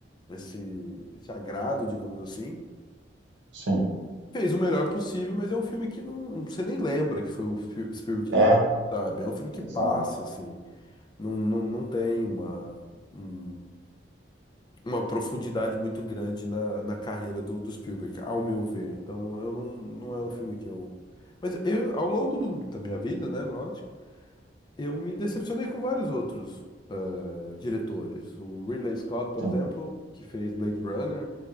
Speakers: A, on the left; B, on the right.
A: esse, esse agrado, digamos assim.
B: sim.
A: Fez o melhor possível, mas é um filme que não, você nem lembra que foi o Fi- Spielberg que
B: É,
A: dirigiu, sabe? É um filme que
B: exato.
A: passa, assim, não, não, não tem uma, um- uma profundidade muito grande na, na carreira do, do Spielberg, ao meu ver. Então, eu não, não é um filme que eu... Mas eu, ao longo do- da minha vida, né, lógico, Eu me decepcionei com vários outros ah, diretores. O Ridley Scott, por
B: Sim,
A: exemplo, que fez Blade Runner,